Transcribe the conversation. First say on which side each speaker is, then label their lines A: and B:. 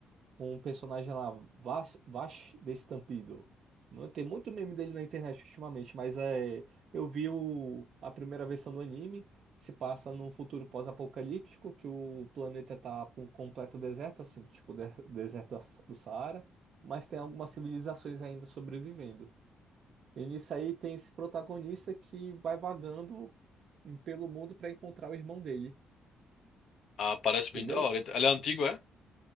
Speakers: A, on the right; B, on the left.
A: com um personagem lá, Vash, Vash Destampido. Mano, tem muito meme dele na internet ultimamente, mas é, eu vi o, a primeira versão do anime, se passa num futuro pós-apocalíptico, que o planeta tá com um completo deserto, assim, tipo de, deserto da- do Saara, mas tem algumas civilizações ainda sobrevivendo. E nisso aí tem esse protagonista que vai vagando pelo mundo para encontrar o irmão dele,
B: Ah, parece
A: entendeu?
B: bem da hora. Ele é antigo, é?